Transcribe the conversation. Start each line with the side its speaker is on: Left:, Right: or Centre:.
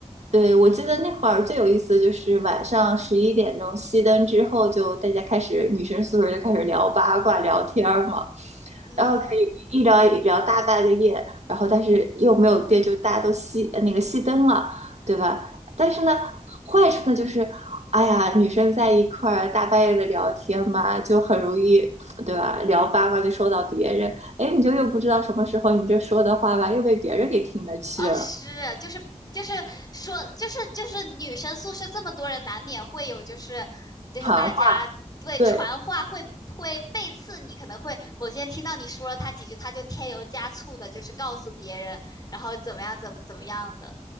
Right: 对，我记得那会儿最有意思的就是晚上十一点钟熄灯之后，就大家开始女生宿舍就开始聊八卦、聊天儿嘛，
Left: 嗯，
Right: 然后可以一聊一聊大半个夜，然后但是又没有电，就大家都熄呃那个熄灯了，对吧？但是呢，坏处呢就是，哎呀，女生在一块儿大半夜的聊天吧，就很容易，对吧？聊八卦就说到别人，哎，你就又不知道什么时候你这说的话吧，又被别人给听得去了，
Left: 啊，是，就是就是说，就是就是女生宿舍这么多人，难免会有就是就是大家对传话会会背刺你，
Right: 好。对，
Left: 可能会某些人听到你说了他几句，他就添油加醋的，就是告诉别人，然后怎么样怎么怎么样的，